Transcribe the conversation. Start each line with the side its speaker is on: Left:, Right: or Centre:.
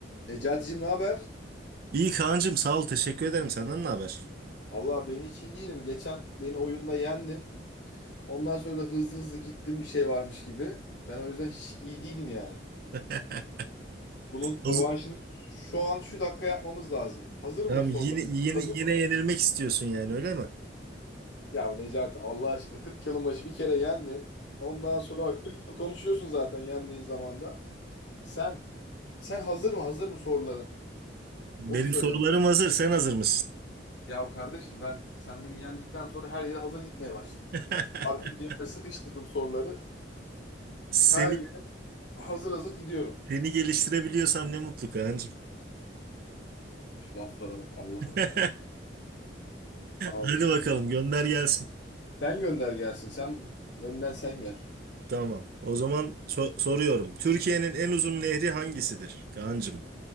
Left: Necati'cim ne haber?
Right: İyi Kaan'cığım sağ ol teşekkür ederim. Senden ne haber?
Left: Allah ben hiç iyi değilim. Geçen beni oyunda yendin. Ondan sonra da hızlı hızlı gittin bir şey varmış gibi. Ben o yüzden hiç iyi değilim yani.
Right: <laughs>
Left: Bunun
Right: O
Left: revanşını
Right: z-
Left: şu an şu dakika yapmamız lazım. Hazır mı
Right: Tamam
Left: sorular?
Right: yine, yine,
Left: Anladın
Right: yine
Left: mı?
Right: yenilmek istiyorsun yani öyle mi?
Left: Ya Necati Allah aşkına 40 yılın başı bir kere yendin. Ondan sonra bak 40 yıl konuşuyorsun zaten yendiğin zamanda. Sen sen hazır mı? Hazır mı soruların?
Right: Benim
Left: Onu söyle.
Right: sorularım hazır sen hazır mısın?
Left: Ya kardeşim ben sen beni yendikten sonra her yere hazır gitmeye başladım.
Right: <laughs>
Left: Arka cebime sıkıştırdım soruları.
Right: Seni
Left: Her Hazır hazır gidiyorum.
Right: seni geliştirebiliyorsam ne mutlu Kaan'cığım.
Left: Şu laflara bak. Allah'ım
Right: <laughs>
Left: ya Rabbim. Allah'ım
Right: Hadi bakalım
Left: ya.
Right: gönder gelsin.
Left: Sen gönder gelsin. Sen önden sen gel.
Right: Tamam. O zaman so- soruyorum. Türkiye'nin en uzun nehri hangisidir Kaan'cığım?